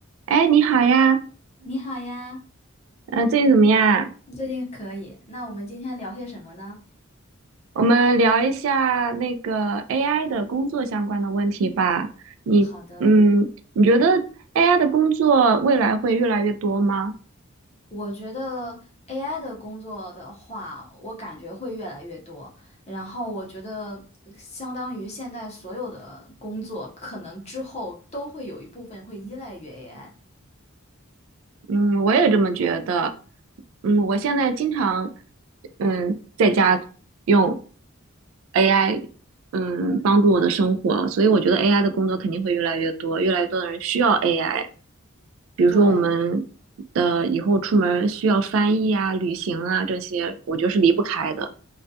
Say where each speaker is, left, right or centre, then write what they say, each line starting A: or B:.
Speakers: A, on the right; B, on the left.
A: 哎，你好呀，
B: 你好呀，
A: 呃，最近怎么样？
B: 最近可以。那我们今天聊些什么呢？
A: 我们聊一下那个 AI 的工作相关的问题吧。你，
B: 好的，
A: 嗯，你觉得 AI 的工作未来会越来越多吗？
B: 我觉得 AI 的工作的话，我感觉会越来越多。然后我觉得，相当于现在所有的工作，可能之后都会有一部分会依赖于 AI。
A: 嗯，我也这么觉得。嗯，我现在经常，嗯，在家用 AI，嗯，帮助我的生活，所以我觉得 AI 的工作肯定会越来越多，越来越多的人需要 AI。比如说我们
B: 对，
A: 的以后出门需要翻译啊、旅行啊这些，我觉得是离不开的。